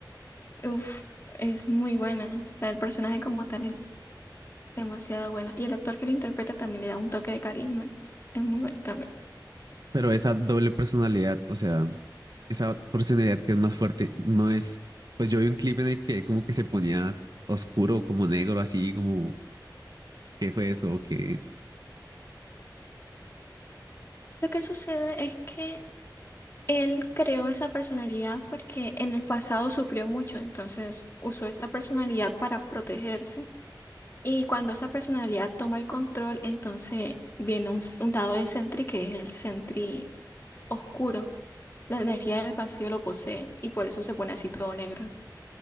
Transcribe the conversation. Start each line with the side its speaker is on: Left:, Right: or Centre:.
Left: uff, es muy buena. O sea, el personaje como tal es demasiado bueno. Y el actor que lo interpreta también le da un toque de carisma. Es muy bueno también.
Right: Pero esa doble personalidad, o sea, esa personalidad que es más fuerte, no es. Pues yo vi un clip en el que él como que se ponía oscuro, como negro, así, como, ¿qué fue eso? ¿O qué?
Left: Lo que sucede es que él creó esa personalidad porque en el pasado sufrió mucho, entonces usó esa personalidad para protegerse. Y cuando esa personalidad toma el control, entonces viene un, s- un lado de Sentry que es el Sentry oscuro. La energía del vacío lo posee y por eso se pone así todo negro.